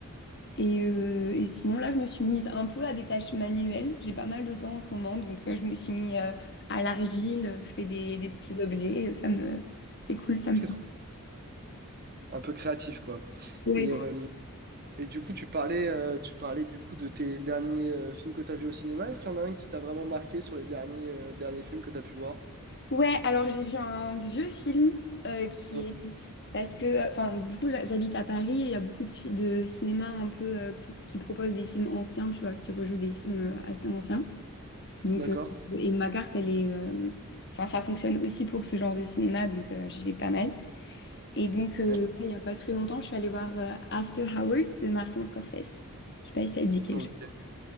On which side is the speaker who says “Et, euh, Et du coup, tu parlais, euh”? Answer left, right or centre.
Right